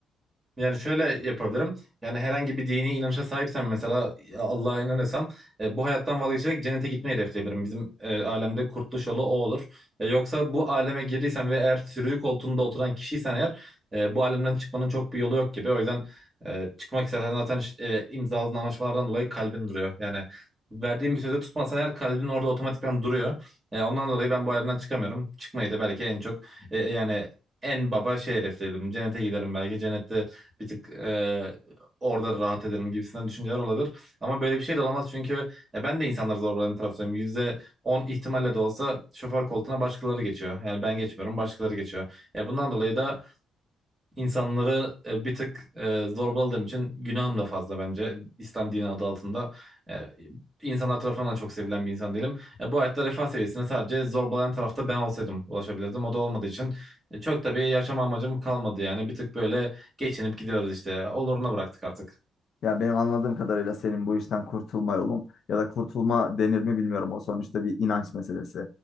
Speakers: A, on the right; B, on the left.
A: Yani şöyle yapabilirim. Yani herhangi bir dini inanışa sahipsem mesela Allah'a inanırsam e, bu hayattan vazgeçerek cennete gitmeyi hedefleyebilirim. Bizim e, alemde kurtuluş yolu o olur. E, yoksa bu aleme girdiysen ve eğer sürücü koltuğunda oturan kişiysen eğer e, bu alemden çıkmanın çok bir yolu yok gibi. O yüzden e, çıkmak istersen zaten e, imzaladığın anlaşmalardan dolayı kalbin duruyor. Yani verdiğin bir sözü tutmazsan eğer kalbin orada otomatikman duruyor. E, ondan dolayı ben bu alemden çıkamıyorum. Çıkmayı da belki en çok e, yani en baba şey hedefleyebilirim. Cennete giderim belki. Cennette bir tık e, orada rahat ederim gibisinden düşünceler olabilir. Ama böyle bir şey de olamaz çünkü e, ben de insanları zorbalayan taraftayım. yüzde on ihtimalle de olsa şoför koltuğuna başkaları geçiyor. Yani ben geçmiyorum başkaları geçiyor. Ya bundan dolayı da İnsanları e, bir tık e, zorbaladığım için günahım da fazla bence. İslam dini adı altında e, insanlar tarafından da çok sevilen bir insan değilim. E, bu hayatta refah seviyesine sadece zorbalayan tarafta ben olsaydım ulaşabilirdim. O da olmadığı için e, çok da bir yaşam amacım kalmadı yani. Bir tık böyle geçinip gidiyoruz işte. Oluruna bıraktık artık.
B: Ya benim anladığım kadarıyla senin bu işten kurtulma yolun ya da kurtulma denir mi bilmiyorum. O sonuçta bir inanç meselesi.